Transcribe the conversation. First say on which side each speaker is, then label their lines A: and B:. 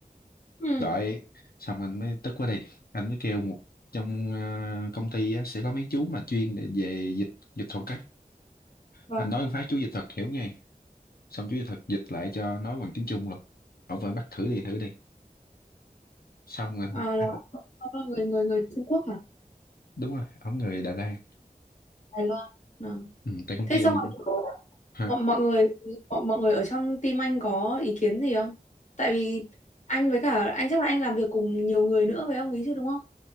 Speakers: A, on the left (about 50°); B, on the left (about 75°).
A: ừ
B: đợi xong anh mới tức quá đi anh mới kêu một trong ờ, công ty á, sẽ có mấy chú mà chuyên để về dịch dịch thuật á
A: vâng
B: anh nói một phát chú dịch thuật hiểu ngay xong chú dịch thuật dịch lại cho nói bằng tiếng Trung luôn ổng vẫn bắt thử đi thử đi xong anh,
A: à, là
B: anh
A: ông là người người người Trung Quốc hả
B: đúng rồi ông người Đà Lạt
A: Đài Loan à.
B: ừ, tại công
A: thế
B: ty
A: xong
B: anh cũng
A: rồi có-
B: hả
A: mọi, mọi người mọi, mọi người ở trong team anh có ý kiến gì không tại vì anh với cả anh chắc là anh làm việc cùng nhiều người nữa với ông ý chứ đúng không